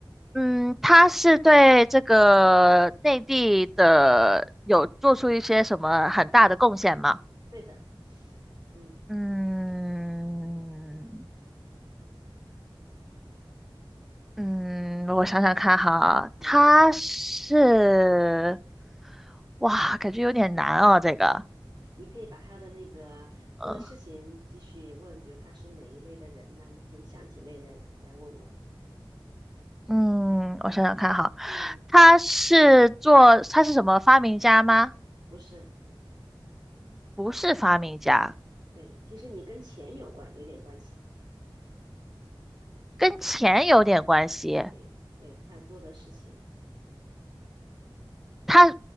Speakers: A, in the centre; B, on the right.
A: 嗯，他是对这个内地的有做出一些什么很大的贡献吗？
B: 对的，嗯，
A: 嗯嗯，我想想看哈，
B: 好的，
A: 他是，哇，感觉有点难哦，这个。
B: 你可以把他的那个做的事情继续问，
A: 呃
B: 比如他是哪一类的人呢？你可以想几类来来问我，
A: 嗯，我想想看哈，
B: 嗯，
A: 他是做，他是什么发明家吗？
B: 不是，
A: 不是发明家。
B: 对，其实你跟钱有关，有点关系，
A: 跟钱有点关系。
B: 对，对他做的事情，
A: 他，